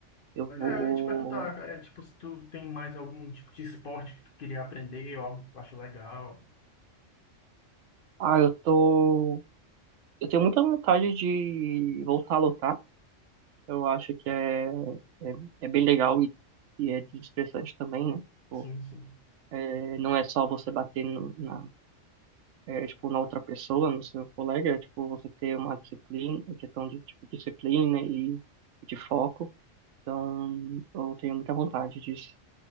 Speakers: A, on the right; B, on the left.
A: Eu
B: Pois
A: vou
B: é, eu ia te perguntar, é, tipo, se tu tem mais algum tipo de esporte que tu queria aprender ou algo que tu acha legal.
A: Ah, eu tô. Eu tenho muita vontade de voltar a lutar. Eu acho que é, é, é bem legal e, e é desestressante também, né? Tipo,
B: Sim, sim.
A: é, não é só você bater no- na, é, tipo, na outra pessoa, no seu colega, é, tipo, você ter uma disciplina, é questão de tipo, disciplina e, e de foco. Então, eu tenho muita vontade disso.